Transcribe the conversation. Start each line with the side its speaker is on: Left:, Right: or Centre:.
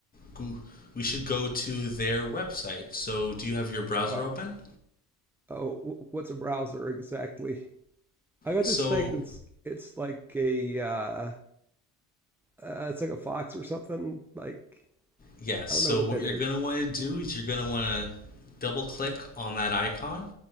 Left: Goo- we should go to their website. So, do you have your browser
Centre: Uh,
Left: open?
Centre: oh, wh- what's a browser exactly? I got
Left: So,
Centre: this thing that's it's like a uh, uh, it's like a fox or something. Like
Left: yes.
Centre: I
Left: So,
Centre: don't know what
Left: what
Centre: that
Left: you're
Centre: is.
Left: going to want to do is you're going to want to double click on that icon.